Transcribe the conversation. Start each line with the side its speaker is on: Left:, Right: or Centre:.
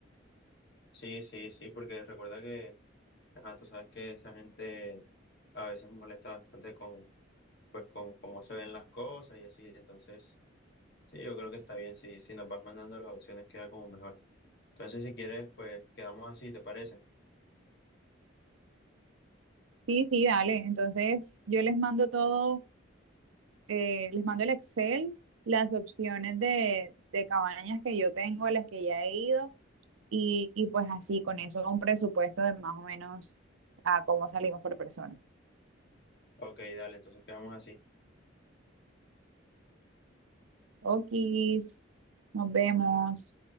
Left: Sí, sí, sí, porque recuerda que Ah, tú sabes que esa gente a veces molesta bastante con, pues, con cómo se ven las cosas y así. Entonces, sí, yo creo que está bien. Si, si nos vas mandando las opciones, queda como mejor. Entonces, si quieres, pues quedamos así, ¿te parece?
Right: Sí, sí, dale. Entonces yo les mando todo, eh, les mando el Excel, las opciones de, de cabañas que yo tengo, a las que ya he ido Y, y pues así, con eso, un presupuesto de más o menos a cómo salimos por persona.
Left: Ok, dale, entonces quedamos así.
Right: Okis, nos vemos.